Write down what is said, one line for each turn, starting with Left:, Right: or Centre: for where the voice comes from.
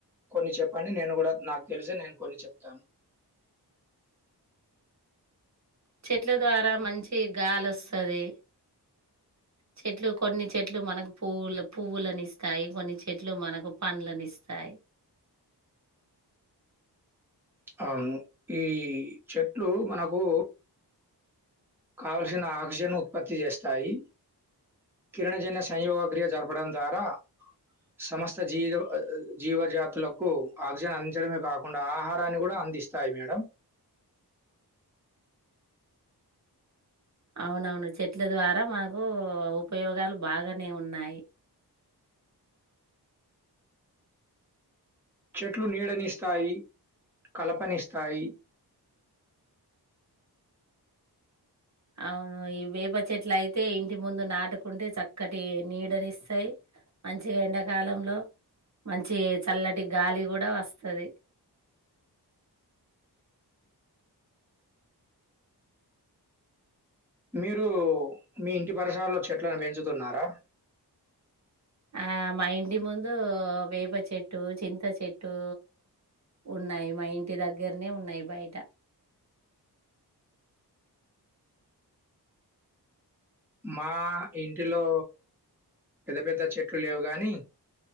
Centre: కొన్ని చెప్పండి నేను కూడా నాకు తెలిసినవి నేను కొన్ని చెప్తాను
Right: చెట్ల ద్వారా మంచి గాలొస్తది చెట్లు కొన్ని చెట్లు మనకు పువూ పువ్వులని ఇస్తాయి కొన్ని చెట్లు మనకు పండ్లలనుస్తాయి
Centre: అవును ఈ చెట్ ట్లు మనకు కావలసిన ఆక్సిజన్ ఉత్పత్తి చేస్తాయి కిరణజన్య సంయోగ క్రియ జరపడం ద్వారా సమస్త జీవ జీవజాతులకు ఆక్సిజన్ అందించడమే కాక అకుండా ఆహారాన్ని కూడా అందిస్తాయి మేడం
Right: అవునవును చెట్ల ద్వారా మాకు ఉపయోగాలు బాగానే ఉన్నాయి
Centre: చెట్లు నీడనిస్తాయి కలప పనిస్తాయి
Right: అవును ఈ వేప చెట్లు అయితే ఇంటి ముందు నాటుకుంటే చక్కటి నీడనిస్తాయి మంచిగా ఎండాకాలంలో మంచి చల్లటి గాలి కూడా వస్తది
Centre: మీరు మీ ఇంటి పరిసరాలో చెట్లను పెంచుతున్నారా
Right: ఆ మా ఇంటి ముందు వేప చెట్టు చింత చెట్టు ఉన్నాయి మా ఇంటి దగ్గరనే ఉన్నాయి బయట
Centre: మా ఇంటిలో పెద్ద పెద్ద చెట్లు లేవు గాని